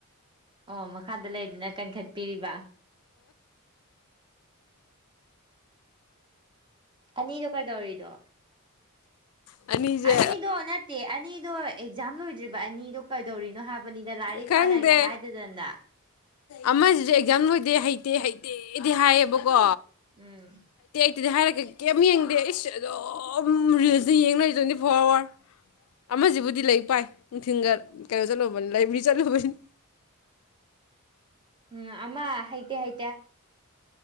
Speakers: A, on the right; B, on the left.
A: ꯑꯣ ꯃꯈꯥꯗ ꯂꯩꯗꯨꯅ ꯀꯟꯈꯠꯄꯤꯔꯤꯕ ꯑꯅꯤꯗꯣ ꯀꯩꯗꯧꯔꯤꯗꯣ
B: ꯑꯅꯤꯁꯦ
A: ꯑꯅꯤꯗꯨꯣ ꯅꯠꯇꯦ ꯑꯅꯗꯨꯣ ꯑꯦꯛꯖꯥꯝ ꯂꯣꯏꯗ꯭ꯔꯤꯕ ꯑꯅꯤꯗꯣ ꯀꯩꯗꯧꯔꯤꯅꯣ ꯍꯥꯏꯕ ꯕꯅꯤꯗ ꯂꯥꯏꯔꯤꯛ
B: ꯈꯪꯗꯦ
A: ꯄꯥꯅꯒꯦ ꯍꯥꯏꯗꯗꯅ
B: ꯑꯃꯁꯤꯁꯨ ꯑꯦꯛꯖꯥꯝ ꯂꯣꯏꯗꯦ ꯍꯩꯇꯦ ꯍꯩꯇ ꯑꯩꯗꯤ ꯍꯥꯏꯌꯦꯕꯀꯣ
A: ꯎꯝ
B: ꯀꯤꯗ ꯍꯥꯏꯔꯒ ꯀꯩꯝ ꯌꯦꯡꯗꯦ ꯏꯁ ꯑꯗꯨꯝ ꯔꯤꯜꯁꯁꯦ ꯌꯦꯡ ꯂꯩꯗꯣꯏꯅꯤ ꯇ꯭ꯋꯦꯟꯇꯤ ꯐꯣꯔ ꯑꯋꯥꯔ ꯑꯃꯁꯤꯕꯨꯗꯤ ꯂꯥꯏꯔꯤꯛ ꯄꯥꯏ ꯐꯤꯡꯒꯔ ꯀꯩꯅꯣ ꯆꯠꯂꯨꯕꯅꯤ ꯂꯥꯏꯕ꯭ꯔꯦꯔꯤ ꯆꯠꯂꯨꯕꯅꯤ
A: ꯎꯝ ꯑꯃ ꯍꯩꯇꯦ ꯍꯥꯏ